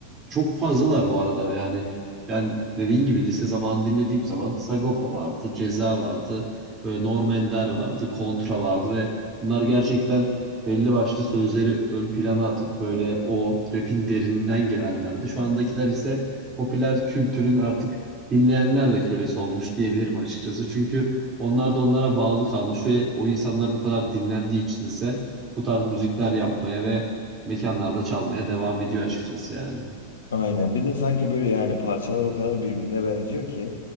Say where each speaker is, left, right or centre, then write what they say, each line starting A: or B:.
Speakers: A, on the right (about 25°); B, on the left (about 65°).
A: çok fazlalar bu arada yani. Ben dediğin gibi lise zamanı dinlediğim zaman Sagopa vardı, Ceza vardı, böyle Norm Ender vardı, Kontra vardı ve bunlar gerçekten belli başlı sözleri ön plana atıp böyle o rap'in derininden gelenlerdi. Şu andakiler ise popüler kültürün artık dinleyenler de kölesi olmuş diyebilirim açıkçası. Çünkü onlar da onlara bağlı kalmış ve o insanlar bu kadar dinlendiği için ise bu tarz müzikler yapmaya ve mekanlarda çalmaya devam ediyor açıkçası yani.
B: Aynen. Bir de sanki böyle yani parçalar o kadar birbirine benziyor ki